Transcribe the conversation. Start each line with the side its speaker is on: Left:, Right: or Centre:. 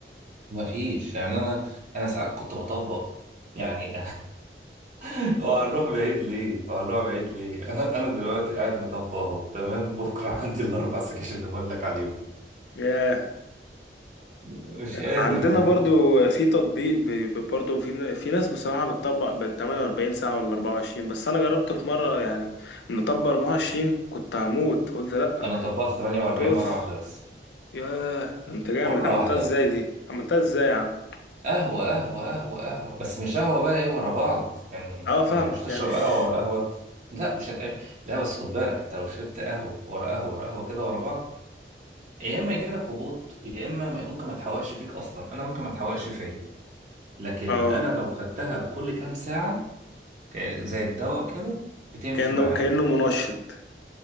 Right: ما فيش يعني انا انا ساعات كنت بطبق يعني <laughs> وهنروح بعيد ليه وهنروح بعيد
Left: مم.
Right: ليه انا انا دلوقتي قاعد مطبق اهو تمام بكره <laughs> عندي الاربع سكاشن اللي بقول لك عليهم
Left: ياه
Right: مش
Left: عندنا
Right: قادر والله
Left: برضو في تطبيق ب- ب- برضو في في ناس بصراحة بتطبق بال 48 ساعة ولا 24 بس أنا جربت في مرة يعني نطبق 24 كنت هموت قلت لأ
Right: انا طبقت 48
Left: طز
Right: مرة واحدة بس
Left: ياه ده أنت جامد
Right: مرة
Left: عملتها
Right: واحدة
Left: إزاي دي عملتها إزاي يا عم
Right: قهوة قهوة قهوة قهوة بس مش قهوة بقى ايه ورا بعض يعني
Left: أه فاهمك
Right: يعني مش تشرب
Left: يعني مش
Right: قهوة ورا قهوة لا مش هتقابل لا بس خد بالك انت لو شربت قهوة ورا قهوة ورا قهوة كده ورا بعض يا اما يجيلك هبوط يا اما م- ممكن ما تحوقش فيك اصلا انا ممكن ما تحوقش فيا لكن
Left: أه
Right: انا لو خدتها كل كام ساعة ك- زي الدواء كده بتمشي
Left: كأنه
Right: معايا
Left: كأنه منشط